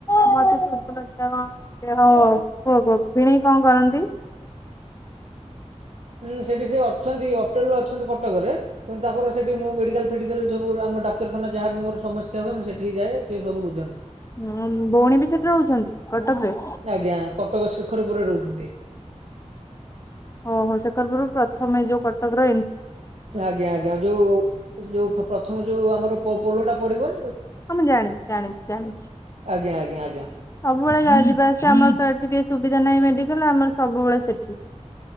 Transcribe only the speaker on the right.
ହୁଁ ସେଠି ସେ ଅଛନ୍ତି ଅରଟେଲ୍ ରେ ଅଛନ୍ତି କଟକରେ। କିନ୍ତୁ ତାଙ୍କର ସେଠି ମୁଁ ମେଡାକାଲ୍ ଫେଡିକାଲ୍ ସବୁ ଆମ ଡାକ୍ତରଖାନା ଯାହା ବି ମୋର ସମସ୍ୟା ହଏ ମୁଁ ସେଠି କି ଯାଏ ସେ ସବୁ ବୁଝନ୍ତି।
ଆଜ୍ଞା କଟକ ରେ ଶିଖରପୁରରେ ରହୁଛନ୍ତି।
ଆଜ୍ଞା ଆଜ୍ଞା ଯୋଉ ଯୋଉ ପ୍ରଥମ ଯୋଉ ଆମର ପୋ ପୋଲ ଟା ପଡିବ।
ଆଜ୍ଞା ଆଜ୍ଞା ଆଜ୍ଞା।